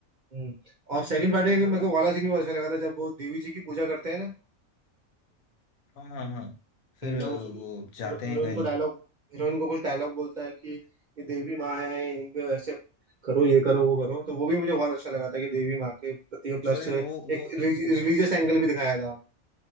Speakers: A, on the right; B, on the left.
A: हम्म, और सेकंड पार्ट में
B: कौन
A: मेरे
B: सा बोला
A: को वाला सीन भी बहुत अच्छा लगा था जब वो देवी जी की पूजा करते हैं ना
B: हाँ हाँ हाँ फिर
A: हम्म, जब उस
B: वो जाते
A: हीरो, हीरोइन
B: हैं कहीं
A: को डायलॉग हीरोइन को कुछ डायलॉग बोलता है कि ये देवी माँ है इनको ऐसे करो ये करो वो करो तो वो भी मुझे बहुत अच्छा लगा था कि देवी माँ के प्रति
B: एक्चुअली
A: प्लस एक
B: वो वो
A: रिलीजियस
B: वो
A: एंगल भी दिखाया था